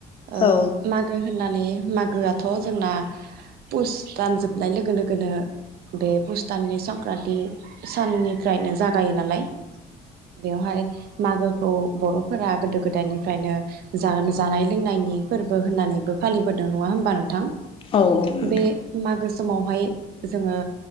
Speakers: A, on the right; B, on the left.
A: ओ
B: औ
A: मागो होननानै मागोआथ' जोंना पुसदान जोबनाय लोगो लोगोनो बे पुसताननि संक्रानति साननिफ्रायनो जागायो नालाय बेवहाय मागोखौ बर'फोरा गोदो गोदायनि फ्रायनो जा जानाय लोंनायनि फोरबो होननानैबो फालिबोदों नङा होमबा नोंथां
B: औ नोंथां
A: बे मागो सवहाय जोङो